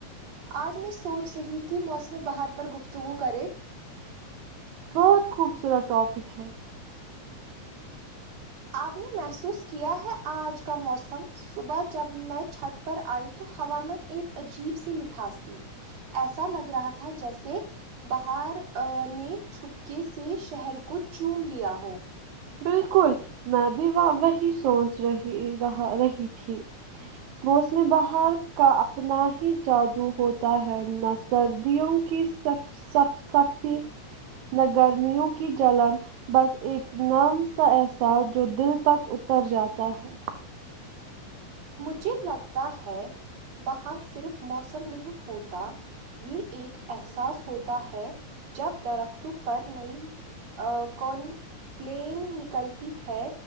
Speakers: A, on the right; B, on the right.
A: آج میں سوچ رہی تھی موسم بہار پر گفتگو کرے
B: بہت خوبصورت ٹاپک ہے
A: آپ نے محسوس کیا ہے آج کا موسم صبح جب میں چھت پر آئی تو ہوا میں ایک عجیب سی مٹھاس تھی ایسا لگ رہا تھا جیسے بہار نے چھپکے سے شہر کو چوم لیا ہو
B: بلکل میں بھی وہی سوچ رہی رہا رہی تھی موسم بہار کا اپنا ہی جادو ہوتا ہے نس سردیوں کی س سختی نہ گرمیوں کی جلن بس ایک نام سا احساس جو دل تک اتر جاتا ہے
A: مجھے لگتا ہے باہر صرف موسم نہیں ہوتا یہ ایک احساس ہوتا ہے جب درختوں پر نئی ا کون پلین نکلتی ہے